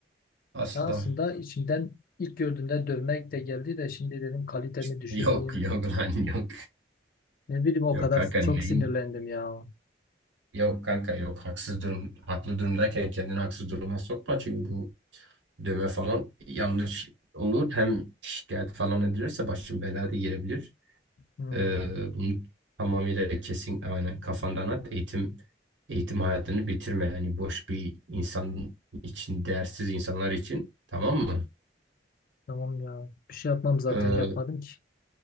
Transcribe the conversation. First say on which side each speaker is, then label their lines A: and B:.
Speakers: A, on the right; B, on the left.
A: asla.
B: Ya aslında içimden ilk gördüğümde dövmek de geldi de şimdi dedim kalitemi
A: <laughs>
B: düşürmeyeyim.
A: Yok yok lan yok.
B: Ne bileyim o
A: Yok
B: kadar
A: kanka
B: çok
A: neyin?
B: sinirlendim ya.
A: Yok kanka yok. Haksız durum, haklı durumdayken kendini haksız duruma sokma. Çünkü bu dövme falan yanlış olur. Hem şikayet falan edilirse başın belaya da girebilir.
B: Hmm,
A: Ee, bunu tamamıyla kesin yani kafandan at. Eğitim eğitim hayatını bitirme. Yani boş bir insan için, değersiz insanlar için. Tamam mı?
B: tamam ya. Bir şey yapmam zaten
A: Ee,
B: yapmadım ki.